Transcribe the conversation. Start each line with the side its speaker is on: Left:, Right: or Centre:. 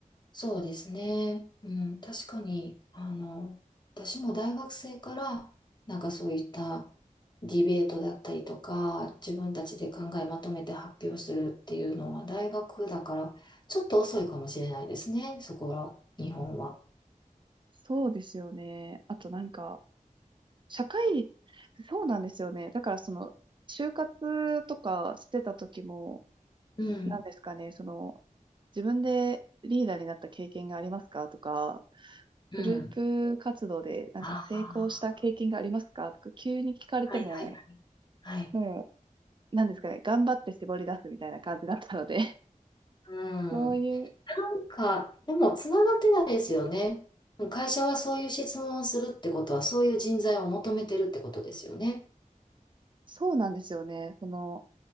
Left: そうですね。うん、確かに、あの、私も大学生から、なんかそういったディベートだったりとか、自分たちで考えまとめて発表するっていうのは、大学だから、ちょっと遅いかもしれないですね、そこは、日本は。
Right: そうですよね。あとなんか、社会、そうなんですよね。だからその、就活とかしてた時も、
Left: うん、
Right: なんですかね、その、自分でリーダーになった経験がありますかとか、
Left: うん。
Right: グループ活動でなんか成功した経験がありますかとか、
Left: ああ、
Right: 急に聞かれても、
Left: はい、はい、はい。はい。
Right: もう、なんですかね、頑張って絞り出すみたいな感じだったので、<laughs>
Left: う
Right: そういう、
Left: ん。なんか、でもつながってないですよね。会社はそういう質問をするってことは、そういう人材を求めてるってことですよね。
Right: そうなんですよね、その、